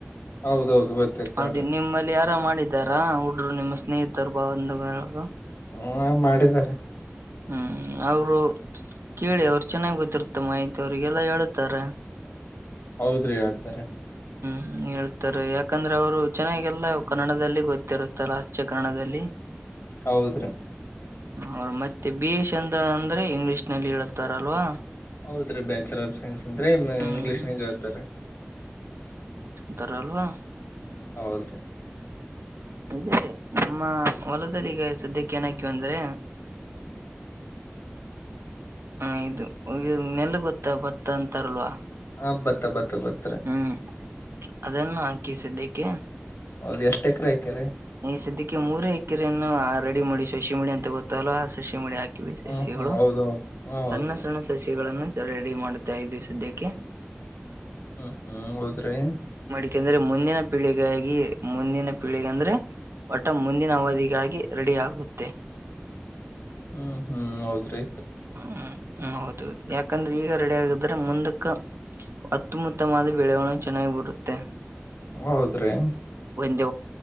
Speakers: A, on the left; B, on the right.
A: ಹೌದೌದು ಗೊತ್ತೈತ
B: ಅದು
A: ಹೇಳ್ರಿ
B: ನಿಮ್ಮಲ್ಲಿ ಯಾರ ಮಾಡಿದಾರಾ ಹುಡ್ರು ನಿಮ್ಮ ಸ್ನೇಹಿತರು ಬಂದು ಬಳಗ
A: ಹ ಮಾಡಿದ್ದಾರೆ
B: ಹ್ಮ್ ಅವರು ಕೇಳಿ ಅವರು ಚೆನ್ನಾಗ್ ಗೊತ್ತಿರ್ತ್ತ ಮಾಹಿತಿ ಅವ್ರಿಗೆಲ್ಲ ಹೇಳುತ್ತಾರೆ
A: ಹೌದ್ರಿ ಹೇಳ್ತಾರೆ
B: ಹ್ಮ್ ಹೇಳ್ತಾರೆ ಯಾಕಂದ್ರೆ ಅವ್ರು ಚೆನ್ನಾಗೆಲ್ಲ ಕನ್ನಡದಲ್ಲಿ ಗೊತ್ತಿರುತ್ತಲ್ಲ ಆಚ್ಚೆ ಕನ್ನಡದಲ್ಲಿ
A: ಹೌದ್ರೀ
B: ಅವ್ರ ಮತ್ತೆ ಬಿ ಇ ಸೈನ್ಸ್ ಅಂತ ಅಂದ್ರೆ ಇಂಗ್ಲಿಷ್ ನಲ್ಲಿ ಹೇಳತಾರಲ್ವಾ
A: ಹೌದ್ರೀ ಬ್ಯಾಚಲರ್ ಆಫ್ ಸೈನ್ಸ್ ಅಂದ್ರೆ
B: ಹ್ಮ್
A: ಇಂಗ್ಲಿಷ್ನ ಹೇಳ್ತಾರೆ
B: ದಾರ ಅಲ್ವಾ
A: ಹೌದ್ರೀ
B: ಇದೇ ನಮ್ಮ ಹೊಲದಲ್ಲಿ ಈಗ ಸದ್ಯಕ್ಕೆ ಏನಾಕಿದೀವಿ ಅಂದ್ರೆ ಹ ಇದು ಈ ನೆಲ ಗೊತ್ತ ಭತ್ತ ಅಂತಾರಲ್ವಾ
A: ಹ ಭತ್ತ ಭತ್ತ ಭತ್ತ ಗೊತ್ತುರಿ
B: ಹ್ಮ್ ಅದನ್ನು ಹಾಕಿ ಸದ್ಯಕ್ಕೆ
A: ಹೌದು ಎಷ್ಟ್ ಎಕರೆ ಹಾಕ್ಯಾರೀ
B: ಈ ಸದ್ಯಕ್ಕೆ ಮೂರೇ ಎಕರೆಯನ್ನು ರೆಡಿ ಮಾಡಿ ಸಸಿಮೀಡಿ ಅಂತ ಅಂತವು ಬರತಾವಲ್ಲ ಆ ಸಸಿಮಾಡಿ ಹಾಕ ಹಾಕಿವಿ ಸಸ್ಯಗಳು
A: ಹ್ಮ್ ಹ್ಮ್ ಹೌದೌದು ಹ ಹೌದ್ರಿ
B: ಸಣ್ಣ ಸಣ್ಣ ಸಸ್ಯಗಳನ್ನ ರೆಡಿ ಮಾಡುತಾಯಿದ್ವಿ ಸದ್ಯಕೆ
A: ಹ್ಮ್ ಹ್ಮ್ ಹೋದದ್ರೀ
B: ಯಾಕೆಂದ್ರೆ ಮುಂದಿನ ಪೀಳಿಗಾಗಿ ಮುಂದಿನ ಪೀಳಗ ಅಂದ್ರೆ ವಟ ಮುಂದಿನ ಅವಧಿಗಾಗಿ ರೆಡಿಯಗುತ್ತೆ
A: ಹ್ಮ್ ಹ್ಮ್ ಹೌದ್ರಿ
B: ಹ್ಮ್ ಹ್ಮ್ ಹೌದು ಯಾಕಂದ್ರೆ ಈಗ ರೆಡಿ ಆಗಿದ್ರೆ ಮುಂದಕ್ಕ ಅತ್ತಮುತ್ತಮವಾದ ಬೆಳೆವಾಣಿಗೇ ಚೆನ್ನಾಗಿ ಬರುತ್ತೆ
A: ಹೌದ್ರೀ
B: ಒಂದೇ